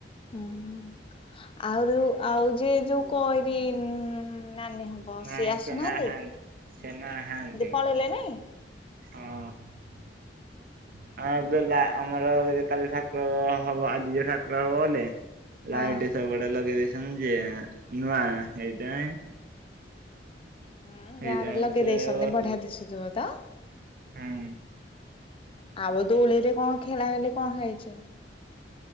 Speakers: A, on the left (about 30°); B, on the right (about 50°).
A: ହୁଁ ହୁଁ ଆହୁରି ଆଉ ଯେ ଯୋଉ କଣ କି ନାନୀ
B: ନାଇଁ
A: ସିଏ ଆସୁନାହାନ୍ତି
B: ସେ ନାହାନ୍ତି ସେ ନାହାନ୍ତି।
A: ପଳେଇଲେ ନାଇଁ
B: ହଁ। ହଁ ଯୋଉ ଯା ଆମର କାଲି ଠାକୁର ହବ ଆଜି ଯୋଉ ଠାକୁର ଗଲେ। ଲାଇଟ୍
A: ହଁ।
B: ସବୁଆଡେ ଲଗେଇ ଦେଇଛନ୍ତି ଯେ ନୂଆ ହେଇଟାଇ
A: ହୁଁ
B: ହେଇଥିପାଇଁ
A: ଗାଁରେ ଲଗେଇ
B: ସେ
A: ଦେଇଛନ୍ତି
B: ବସୁ
A: ବଢିଆ ଦିଶୁଥିବ ତ?
B: ହୁଁ।
A: ଆବ ଦୋଳି ଲେଟ୍ କଣ ଖେଳା ହେଲେ କଣ ହେଇଛି।